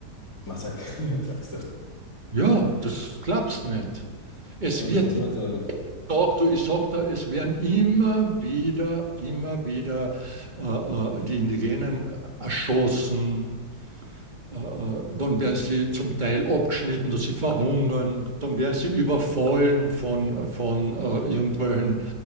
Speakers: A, on the left; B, on the right.
A: Massakriert, sagst du.
B: Ja, das glaubst nicht. Es
A: Was,
B: wird
A: was
B: jeden
A: meinst du damit?
B: Tag, du, ich sag da, es werden immer wieder, immer wieder äh, äh, die Indigenen erschossen. Äh, äh, dann werden sie zum Teil abgeschnitten, dass sie verhungern. Dann werden sie überfallen von, von äh, irgendwelchen